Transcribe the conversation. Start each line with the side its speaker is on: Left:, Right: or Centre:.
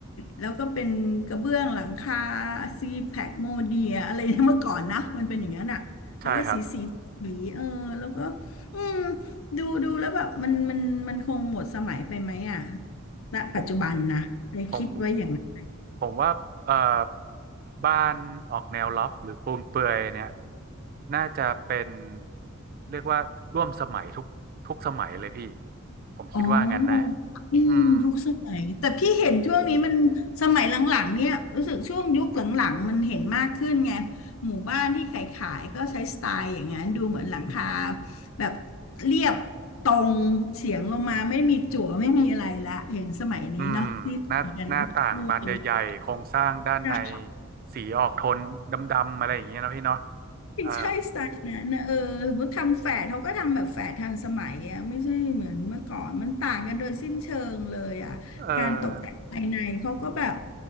Left: แล้วก็เป็นกระเบื้องหลังคาซีแพคโมเดียอะไรนะเมื่อก่อนนะมันเป็นอย่างนั้นอะแล้วก็สีสีสีเออแล้วก็
Right: ใช่ครับ
Left: อืมดูดูแล้วแบบมันมันมันคงหมดสมัยไปไหมอะณปัจจุบันนะเลยคิดไว้อย่างนั้น
Right: ผมผม ผมว่าเอ่อบ้านออกแนวล็อฟหรือปูนเปลื่อยเนี่ยน่าจะเป็นเรียกว่าร่วมสมัยทุกทุกสมัยเลยพี่ผมคิดว่างั้นนะ
Left: อ๋ออืมทุกสมัยแต่พี่เห็นช่วงนี้มันสมัยหลังๆเนี่ยรู้สึกช่วงยุคหลังๆมันเห็นมากขึ้นไง
Right: อืม
Left: หมู่บ้านที่ขายๆก็ใช้สไตล์อย่างนั้นดูเหมือนหลังคาแบบเรียบตรงเฉียงลงมาไม่มีจั่วไม่มีอะไรละเห็นสมัยนี้เนาะที่มีกันเนาะเอ
Right: อืมหน้าหน้าต่างบานใหญ่ๆโครงสร้างด้านใน
Left: อ
Right: สีออกโทนดำๆอะไรอย่างเงี้ยนะพี่เนาะเออ
Left: ใช่สไตล์นั้นนะเออสมมติทำแฝดเขาก็ทำแบบแฝดทันสมัยอ่ะไม่ใช่เหมือนเมื่อก่อนมันต่างกันโดยสิ้นเชิงเลยอ่ะการตกแต่งภายในเขาก็แบบ
Right: เออ